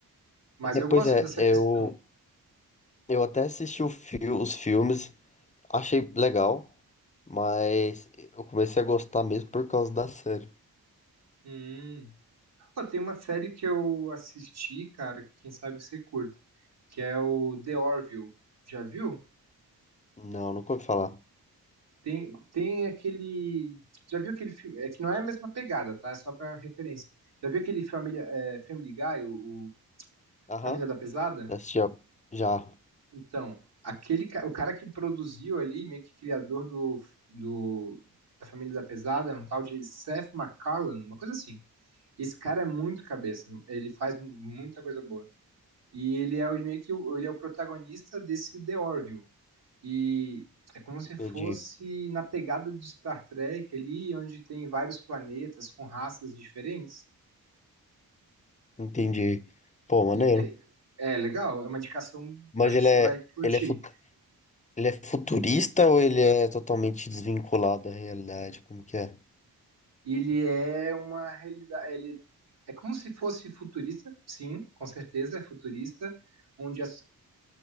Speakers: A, on the right (about 85°); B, on the left (about 20°).
A: Mas
B: É,
A: eu gosto
B: pois é,
A: dessa
B: eu
A: questão.
B: Eu até assisti o fi- os filmes, achei legal, mas eu comecei a gostar mesmo por causa da série.
A: Hum, Pô, tem uma série que eu assisti, cara, que quem sabe você curta, que é o The Orville. Já viu?
B: Não, nunca ouvi falar.
A: Tem, tem aquele. Já viu aquele filme? É que não é a mesma pegada, tá? É só pra referência. Já viu aquele Família, é, Family Guy, o, o
B: Aham.
A: Família da Pesada?
B: Já assisti, al- já,
A: Então, aquele, ca- o cara que produziu ali, meio que criador do, do, da Família da Pesada, é um tal de Seth MacFarlane, uma coisa assim. Esse cara é muito cabeça, ele faz muita coisa boa. E ele é o, meio que o- ele é o protagonista desse The Orville. E é como se
B: entendi,
A: fosse na pegada do Star Trek ali, onde tem vários planetas com raças diferentes.
B: entendi. Pô, maneiro.
A: E daí- é legal, é uma indicação,
B: Mas
A: acho
B: ele
A: que você
B: é,
A: vai curtir.
B: ele é, fu- ele é futurista ou ele é totalmente desvinculado da realidade? Como que é?
A: E Ele é uma realidade, ele é como se fosse futurista, sim, com certeza é futurista, onde a,